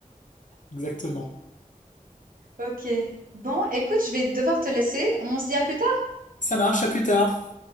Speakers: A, on the left (about 60°); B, on the right (about 85°).
A: Exactement.
B: Ok. Bon, écoute, je vais devoir te laisser. On se dit à plus tard.
A: Ça marche, à plus tard.